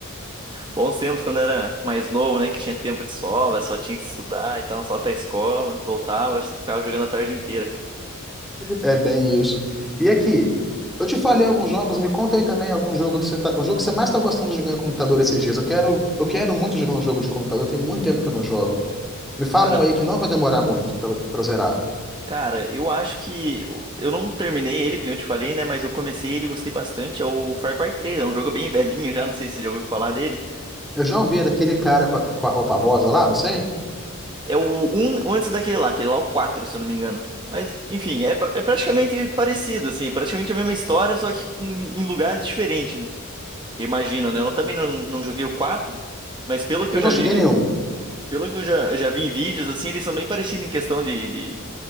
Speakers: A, on the right; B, in the centre.
A: Bons tempos quando era mais novo, né? Que tinha tempo de sobra, só tinha que estudar e tal, só pra escola, voltava, ficava jogando a tarde inteira.
B: É bem isso. E aqui, eu te falei alguns jogos, me conta aí também algum jogo que você tá, o jogo que você mais tá gostando de jogar no computador esses dias. Eu quero, eu quero muito jogar um jogo de computador, tem muito tempo que eu não jogo. Me falam
A: Cara,
B: aí que não vai demorar muito pra, pra zerar.
A: cara, eu acho que eu eu não terminei ele, que nem eu te falei, né? Mas eu comecei ele, e gostei bastante. É o Far Cry três é um jogo bem <laughs> velhinho já, não sei se você já ouviu falar dele.
B: Eu já ouvi daquele cara com a, com a roupa rosa lá, não sei?
A: É o um um antes daquele lá, aquele lá é o 4 se eu não me engano. Mas, enfim, é, pra- é praticamente parecido, assim, é praticamente a mesma história, só que em, em lugares diferentes, né? Imagina, né? Eu também não, não joguei o quatro Mas pelo
B: Eu,
A: que
B: eu
A: eu
B: não
A: já
B: cheguei
A: vi
B: nenhum.
A: Pelo que eu já, já vi em vídeos, assim, eles são bem parecidos em questão de, de,